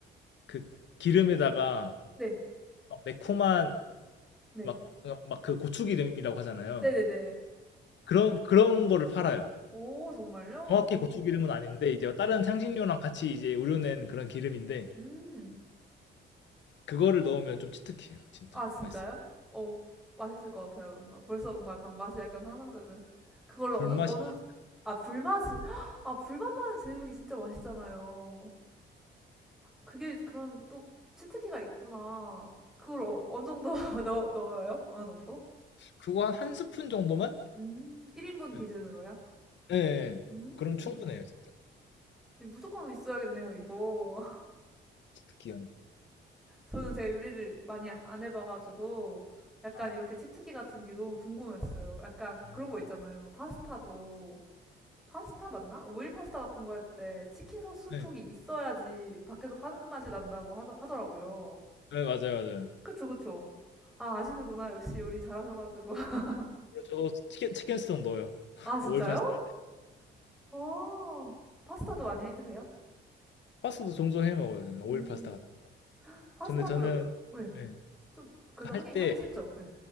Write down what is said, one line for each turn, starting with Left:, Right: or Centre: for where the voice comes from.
Left: 그 기름에다가
Centre: 네.
Left: 막 매콤한
Centre: 네.
Left: 막막그 고추기름이라고 하잖아요.
Centre: 네네네.
Left: 그런 그런 거를 팔아요.
Centre: 오, 정말요?
Left: 정확히
Centre: 오.
Left: 고추기름은 아닌데 이제
Centre: 네.
Left: 다른 향신료랑 같이 이제 우려낸 그런 기름인데
Centre: 음.
Left: 그거를 넣으면 좀 치트키예요, 진짜
Centre: 아, 진짜요?
Left: 맛있어요.
Centre: 어, 맛있을 것 같아요, 뭔가. 벌써 뭔가 약간 맛이 약간 상상되는. 그거를
Left: 불맛이
Centre: 어느, 어느,
Left: 나는.
Centre: 아, 불맛이, <gasps> 아, 불맛 나는 제육이 진짜 맛있잖아요. 그게 그런 또 치트키가 있구나. 그걸 어, 어느 정도 <laughs> 넣, 넣어요? 어느 정도?
Left: 그거 한, 한 스푼 정도만?
Centre: 음, 1인분 기준으로요?
Left: 네. 예. 예.
Centre: 음,
Left: 그럼 충분해요, 진짜.
Centre: 무조건 있어야겠네요, 이거. <laughs>
Left: 스키는.
Centre: 저는 제가 요리를 많이 아- 안 해봐가지고, 약간
Left: 아,
Centre: 이렇게 치트키 같은 게 너무 궁금했어요. 약간
Left: 음.
Centre: 그런 거 있잖아요. 파스타도. 파스타 맞나? 오일 파스타 같은 거 할 때 치킨 소스 스톡이
Left: 네.
Centre: 있어야지 밖에서 파는 맛이 난다고 하더, 하더라고요.
Left: 네, 맞아요, 맞아요.
Centre: 그쵸, 그쵸. 아, 아시는구나. 역시 요리 잘하셔가지고. <laughs>
Left: 그리고 저도 치킨 치킨 스톡 넣어요. <laughs>
Centre: 아, 진짜요?
Left: 오일 파스타.
Centre: 아 파스타도 많이 해 드세요?
Left: 파스타도 종종 해 먹어요, 저는. 오일
Centre: 음,
Left: 파스타 같은. 거.
Centre: 파스타도,
Left: 근데 저는
Centre: 왜?
Left: 예.
Centre: 좀, 그래도
Left: 그할
Centre: 하기,
Left: 때,
Centre: 하기 쉽죠? 네.